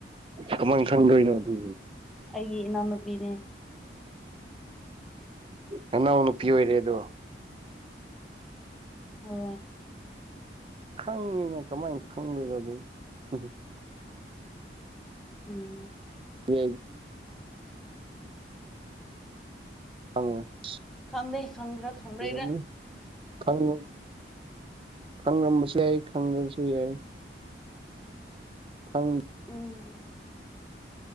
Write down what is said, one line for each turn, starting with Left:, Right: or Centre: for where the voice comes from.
Right: ꯀꯃꯥꯏꯅ ꯈꯪꯗꯣꯏꯅꯣ ꯑꯗꯨ
Centre: ꯏꯅ ꯄꯤꯅꯦ
Right: ꯅꯅꯧ ꯅꯨꯄꯤ ꯑꯣꯏꯔꯦꯗꯣ
Centre: ꯍ
Right: ꯈꯪꯉꯤꯅ ꯀꯃꯥꯏꯅ ꯈꯪꯕꯤꯔꯣ ꯑꯗꯨ ꯎ
Centre: ꯎꯝ
Right: ꯕꯨ <unintelligible>
Centre: ꯈꯪꯗꯦ
Right: <unintelligible>
Centre: ꯈꯪꯒ꯭ꯔꯥ ꯈꯪꯔꯣꯏꯔ
Right: ꯈꯪ ꯈꯪꯉꯝꯕꯁꯨ ꯌꯥꯏ ꯈꯪꯗꯁꯨ ꯌꯥꯏ ꯍꯪ
Centre: ꯎꯝ